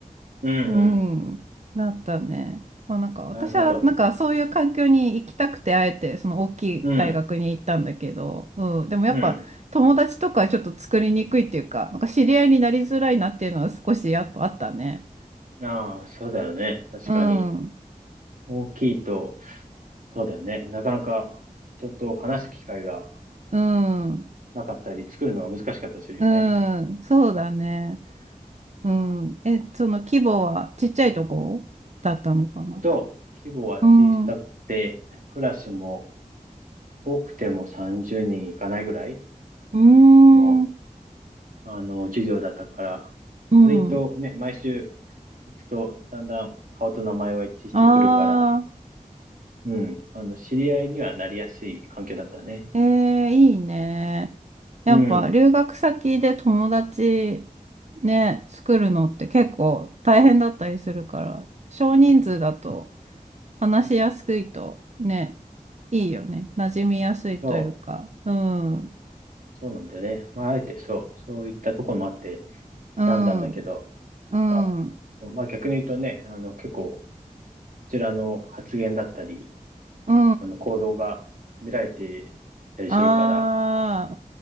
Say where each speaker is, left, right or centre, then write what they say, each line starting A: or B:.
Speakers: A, on the right (about 70°); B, on the right (about 50°).
A: うん、うん。
B: うん、だったね。まあ、なんか私はなんかそういう環境に行きたくてあえてその大きい大学に行ったんだけど、
A: なるほど。うん。
B: うん、でもやっぱ友達とかちょっと作りにくいっていうか、
A: うん。
B: なんか知り合いになりづらいなっていうのは少しやっぱあったね。
A: ああ、そうだよね。確かに。
B: うん、
A: 大きいと、そうだよね。なかなか人と話す機会が
B: うん、
A: なかったり、作るのが難しかったりするよね。
B: うん、そうだね。うん。え、その規模はちっちゃいとこだったのかな
A: そう。規模は小さくて、
B: うん、う
A: クラスも多くても30人いかないぐらい
B: ーん、
A: のあの、授業だったから、
B: うん。
A: 割とね、毎週行くと、だんだん顔と名前は一致してくるから、
B: あ。
A: うん、あの、知り合いにはなりやすい関係だったね。
B: ええ、いいね。やっぱ留学先で友達
A: うん、
B: ね、作るのって結構大変だったりするから、少人数だと話しやすいとね、いいよね。馴染みやすいというか。
A: そう、
B: うん、
A: そうなんだよね。まあ、あえてそう、そういったところもあって
B: うん、
A: 選んだんだけど、
B: うん、
A: まあ
B: う
A: まあ逆に言うとね、あの、結構、こちらの発言だったり、
B: ん。
A: あの、行動が見られてたりするから、
B: あ